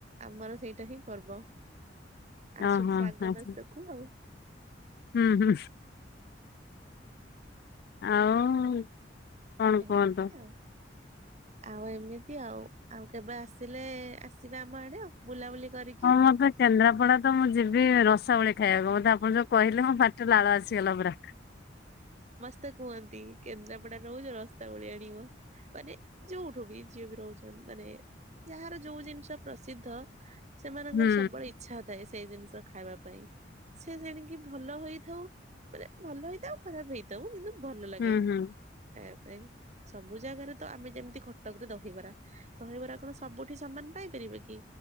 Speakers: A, on the right; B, on the left.
A: ଆମର ସେଇଟା ହିଁ ପର୍ବ। ଆସୁଛି
B: ଓହୋ
A: ଆଗ
B: ଆଚ୍ଛା।
A: ମାସକୁ ଆଉ।
B: ହୁଁ ହୁଁ ଆଉ କଣ
A: ଏମିତି
B: କୁହନ୍ତୁ?
A: ଆଉ। ଆଉ ଏମିତି ଆଉ, ଆଉ କେବେ ଆସିଲେ ଆସିବେ ଆମ ଆଡେ ଆଉ, ବୁଲାବୁଲି କରିି
B: ହଁ, ମୋତେ କେନ୍ଦ୍ରାପଡା ତ ମୁଁ ଯିବି ରସାବଳି ଖାଇବାକୁ। ମୋତେ ଆପଣ ଯୋଉ କହିଲେ ମୋପା ଲାଳ ଆସିଗଲା ପୁରା।
A: ତେ କୁହନ୍ତି କେନ୍ଦ୍ରାପଡା ରହୁଛ ରସା ବଳି ଆଣିବ। ମାନେ ଯୋଉଠୁ ବି ଯିଏ ବି ରହୁଛ। ମାନେ ଯାହାର ଯୋଉ ଜିନିଷ ପ୍ରସିଦ୍ଧ ସେମାନଙ୍କର
B: ହୁଁ
A: ସବୁବେଳେ ଇଚ୍ଛା ଥାଏ। ସେ ଜିନିଷ ଖାଇବା ପାଇଁ ସେ ଜେଣିକି ଭଲ ହେଇଥାଉ ମାନେ ଭଲ ହେଇଥାଉ ଖରାପ ହେଇଥାଉ। କିନ୍ତୁ, ଭଲ ଲାଗେ
B: ହୁଁ ହୁଁ
A: ଖାଇବା ପାଇଁ ସବୁ ଜାଗାରେ ତ ଆମେ ଯେମିତି କଟକରେ ଦହିବରା। ଦହିବରା କଣ ସବୁଠି ସମାନ ପାଇପାରିବେ କି?